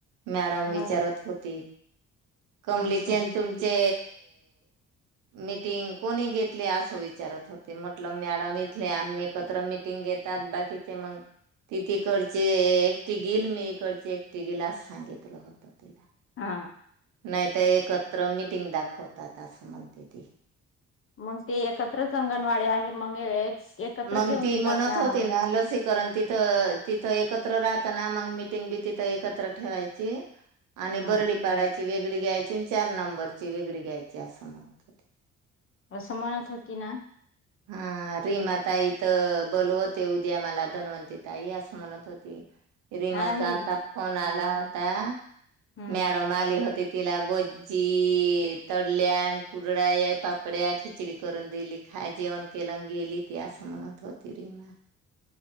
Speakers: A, on the right (about 85°); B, on the left (about 45°).
A: मॅडम
B: मग
A: विचारत होती कमलीचेन,
B: असं
A: तुमचे मीटिंग कोणी घेतली? असं विचारत होते म लं मॅडम, इथले आम्ही एकत्र मिटिंग घेतात बाकीचे मग ती तिकडचे एकटी घील, मी इकडचे एकटी घील असं सांगितलं होत तिला.
B: हा
A: नाही तर, एकत्र मिटिंग दाखवतात असं म्हणते ती.
B: मग ते एकत्रच अंगणवाडी आहे, मग एकत्र
A: मग,
B: घेऊन
A: ती
B: घेतात
A: म्हणत
B: मॅडम
A: होती ना, लसीकरण तिथं तिथं एकत्र राह पुन्हा मग मिटिंग बी तीथं एकत्र ठेवायचिये आणि
B: हम्म
A: बरडी पाडाची वेगळी घ्यायची तीन, चार, नंबरची वेगळी घ्यायची, असं म्हणत होते.
B: असं, म्हणत होती ना?
A: हा रीमा ताई तर बोलवते उद्या मला, धन्वंती ताई, असं म्हणत होती. रीमाचा
B: हा मी
A: आता फोन आला होता,
B: हम्म
A: मॅडम आली होती. तिला बोची तोडल्या आण कुरडा या पापड्या खिचडी करून देली खाय. जेवण केलं गेली ती असं म्हणत होती रिमा